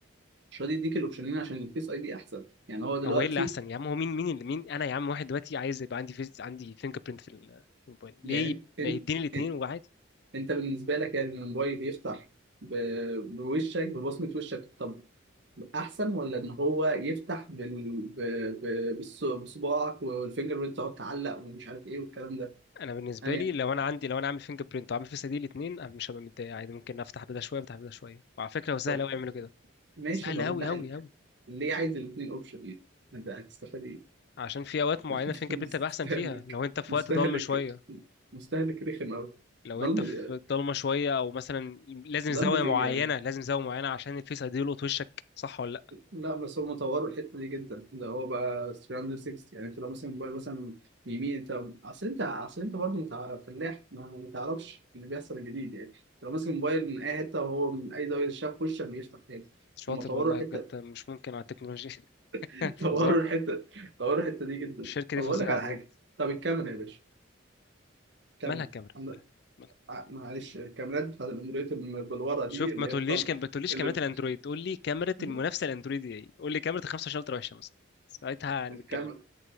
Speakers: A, on the right (about 60°); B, on the left (about 55°).
A: مش راضي يديك الاوبشنين عشان الفيس اي دي احسن يعني هو دلوقتي
B: هو ايه اللي احسن يا عم هو مين مين اللي مين انا يا عم واحد دلوقتي عايز يبقى عندي فيز... عندي فينجر برينت في ال- في الموبايل ليه
A: يعني
B: ما
A: انت
B: يديني الاثنين
A: انت,
B: وعادي
A: انت بالنسبه لك يعني إن الموبايل يفتح ب- بوشك ببصمه وشك طب احسن ولا ان هو يفتح بال... ب... ب... بالص- بصباعك والفينجر بريد تقعد تعلق ومش عارف ايه والكلام ده
B: انا بالنسبه
A: يعني
B: لي لو انا عندي لو انا عامل فينجر برينت وعامل فيس دي الاثنين انا مش هبقى متضايق عادي ممكن افتح بدا شويه افتح بدا شويه وعلى فكره هو سهل
A: طب
B: قوي يعملوا كده
A: ماشي
B: سهل
A: طب
B: قوي
A: انت عايز-
B: قوي قوي
A: ليه عايز الاثنين اوبشن يعني انت هتستفاد ايه
B: عشان في اوقات
A: <laughs>
B: معينه
A: انت
B: فينجر
A: مستهلك
B: برينت هيبقى احسن فيها لو انت في
A: مستهلك
B: وقت ضلمه شويه
A: مستهلك رخم قوي
B: لو
A: ضلمة
B: انت في ضلمه شويه او مثلا لازم زاويه
A: ضلمة
B: معينه
A: ايه يعني
B: لازم زاويه معينه عشان الفيس ايدي يلقط وشك صح ولا لا
A: لا بس هم طوروا الحته دي جدا ده هو بقى 360 يعني انت لو مثلا موبايل مثلا يمين انت اصل انت اصل انت برضه متع... فلاح ما ما تعرفش اللي بيحصل الجديد يعني لو ماسك موبايل من اي حته وهو من اي زاويه شاف وشك بيفتح تاني
B: شاطر
A: هم طوروا
B: والله
A: الحته
B: بجد مش ممكن على التكنولوجيا <laughs>
A: <laughs> طوروا
B: فظاع
A: الحته طوروا الحته دي جدا
B: الشركه
A: طب
B: دي فظيعه
A: اقول لك على
B: بجد
A: حاجه طب الكاميرا يا باشا الكاميرا
B: مالها كاميرا
A: عندك
B: مالها مالها
A: ع- معلش الكاميرات بتاعت الاندرويد اللي بالورقه دي
B: شوف
A: اللي
B: ما تقوليش
A: هي بتطلع
B: كان ما تقوليش
A: اللي
B: كاميرا الاندرويد قول لي كاميرا
A: <laughs>
B: المنافسه الاندرويد دي ايه قول لي كاميرا ال 25 الترا وحشه مثلا ساعتها انا
A: الكاميرا
B: بتكلم